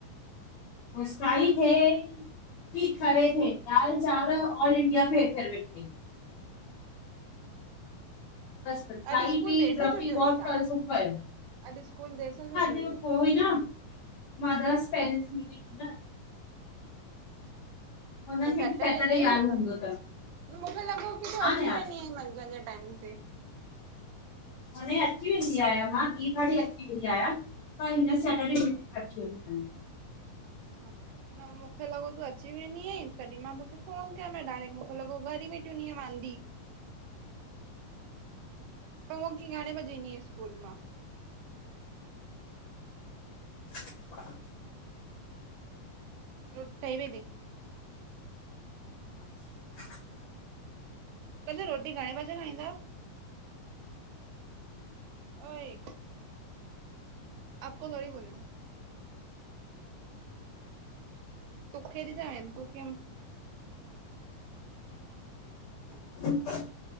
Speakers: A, on the left; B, on the right.
A: मुस्काई थे, की खड़े थे, दाल, चांवर ऑल इंडिया ई <unintelligible> मस्त खाई
B: अॼु स्कूल
A: पी
B: देरि
A: ड्रपी
B: सां छुटी
A: <unintelligible>
B: हुई छा?
A: सुम पयो।
B: अॼु स्कूल देर सां छॾयो
A: <unintelligible> ई न <unintelligible>
B: अच्छा।
A: हुननि
B: त
A: खे
B: सेटरडे
A: बि सैटरडे
B: ईअं
A: यारो
B: छुटंद
A: हूंदो अथनि
B: ते मूंखे लॻो की तूं
A: हा
B: अची
A: न यार
B: वेंदी अन। जंहिंजे टाइम ते
A: हाणे अची वेंदी आहियां मां ॿी बजे अची वेंदी आहियां पर हिन सटरडे <unintelligible>
B: अच्छा, न मूंखे लॻो तूं अची वेंदी आहि तॾहिं मां तोखे फोन <unintelligible> डायरेक्ट मुखे लॻो घरी वेठी हुन्दीअं वांदी। तूं <unintelligible> घणे बजे ईंदी आ स्कूल मां?
A: <inaudible>
B: रोटी ठही वे दी
A: <inaudible>
B: कल रोटी घणे बजे खाईंदव ओए, आपको थोरी बोला। तूं ख़े बि <unintelligible> तूं <unintelligible>
A: <inaudible>